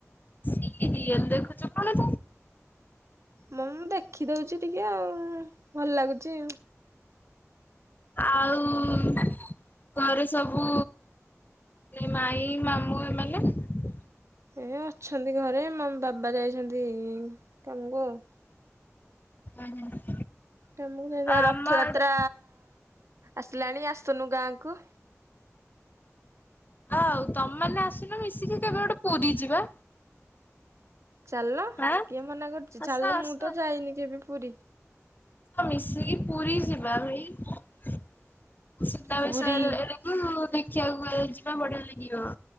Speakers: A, on the left; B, on the right.
A: ସିରିଏଲ୍ ଦେଖୁଛୁ କଣ
B: ମୁଁ ମୁଁ ଦେଖିଦଉଛି ଟିକେ ଆଉ ଭଲ ଲାଗୁଛି।
A: ଆଉ ଘରେ ସବୁ ମାଇଁ ମାମୁଁ ଏମାନେ?
B: ଏ ଅଛନ୍ତି ଘରେ ବାବା ଯାଇଛନ୍ତି କାମକୁ ଆଉ।
A: <unintelligible>
B: କାମକୁ ଯା
A: ଆମ
B: ରଥଯାତ୍ରା
A: ଆଡେ
B: ଆସିଲାଣି ଆସୁନୁ ଗାଁ କୁ।
A: ଆଉ ତମେମାନେ ଆସୁନ ମିଶିକି କେବେ ଗୋଟେ ପୁରୀ ଯିବା।
B: ଚାଲୁନ
A: ଆଁ
B: କିଏ ମନା କରୁଛି
A: ଆସ
B: ଚାଲ
A: ଆସ।
B: ମୁଁ ତ ଯାଇନି କେବେ ପୁରୀ।
A: ମିଶିକି ପୁରୀ ଯିବା <unintelligible> ସୁନାବେଶ
B: ପୁରୀ
A: ଏ ଏଡ଼କୁ ଦେଖିବାକୁ ଯିବା ବଢ଼ିଆ ଲାଗିବ।